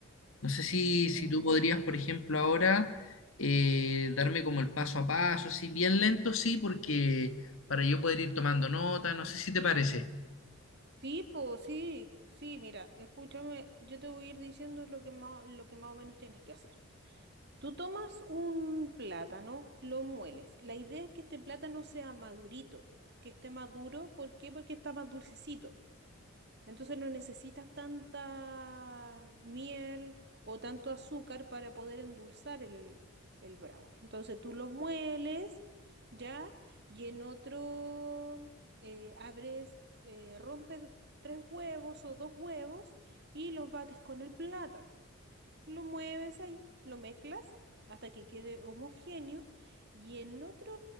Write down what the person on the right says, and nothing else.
Mm.
sí, pues sí, sí, mira, escúchame, yo te voy a ir diciendo lo que más, lo que más o menos tienes que hacer. Tú tomas un plátano, lo mueles. La idea es que este plátano sea madurito, que esté maduro. ¿Por qué? Porque está más dulcecito. Entonces no necesitas tanta miel o tanto azúcar para poder endulzar el, el brownie. Entonces tú lo mueles ya y en otro eh, abres, eh, rompes tres huevos o dos huevos y los bates con el plátano. Lo mueves ahí, lo mezclas hasta que quede homogéneo y en otro,